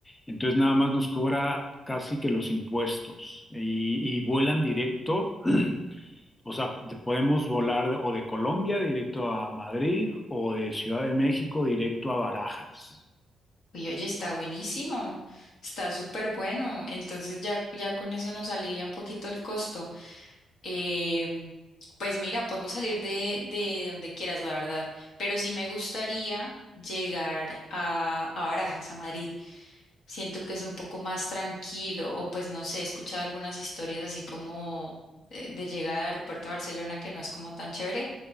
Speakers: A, on the left (about 15°); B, on the left (about 70°).
A: Entonces nada más nos cobra casi que los impuestos y, y vuelan directo O sea, de- podemos volar de- o de Colombia directo a Madrid o de Ciudad de México directo a Barajas.
B: Uy, oye, está buenísimo, está súper bueno. Entonces ya, ya con eso nos alivia un poquito el costo. Em, pues mira, podemos salir de, de donde quieras, la verdad. Pero sí me gustaría llegar a, a Barajas, a Madrid. Siento que es un poco más tranquilo, o pues no sé, he escuchado algunas historias así como de, de llegada al aeropuerto de Barcelona que no es como tan chévere,